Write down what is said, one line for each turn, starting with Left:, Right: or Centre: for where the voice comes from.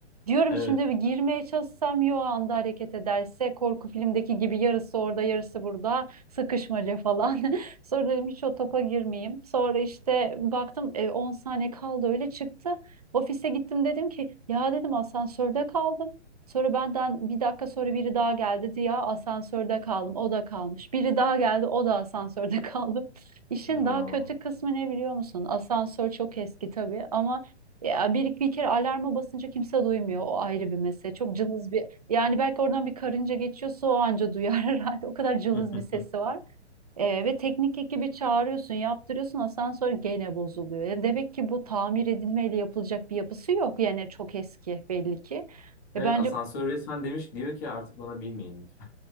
Right: Diyorum
Left: Evet.
Right: şimdi bir girmeye çalışsam yo anda hareket ederse korku filmdeki gibi yarısı orada yarısı burada sıkışmaca falan. <laughs> Sonra dedim hiç o topa girmeyeyim. Sonra işte baktım e, 10 saniye kaldı öyle çıktı. Ofise gittim dedim ki ya dedim asansörde kaldım. Sonra benden bir dakika sonra biri daha geldi diye asansörde kaldım. O da kalmış. Biri daha geldi o da asansörde <laughs> kaldım. İşin
Left: Ya.
Right: daha kötü kısmı ne biliyor musun? Asansör çok eski tabii ama ya bir, bir kere alarma basınca kimse duymuyor. O ayrı bir mesele. Çok cılız bir yani belki oradan bir karınca geçiyorsa o anca duyar <laughs> herhalde. O kadar cılız
Left: <laughs>
Right: bir sesi var. Ee, ve teknik ekibi çağırıyorsun, yaptırıyorsun asansör gene bozuluyor. Ya Demek ki bu tamir edilmeyle yapılacak bir yapısı yok. Yani çok eski belli ki.
Left: Evet
Right: E bence
Left: asansör resmen demiş diyor ki artık bana binmeyin lütfen.